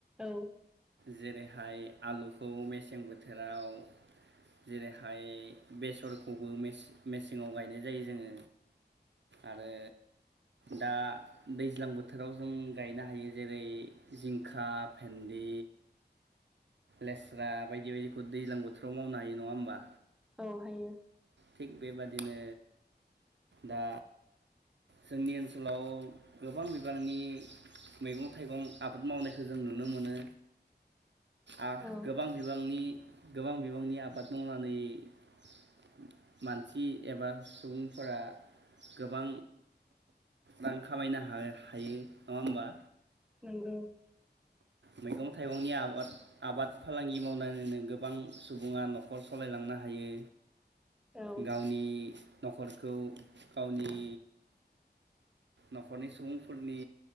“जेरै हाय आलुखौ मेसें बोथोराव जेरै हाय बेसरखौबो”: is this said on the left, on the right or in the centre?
Right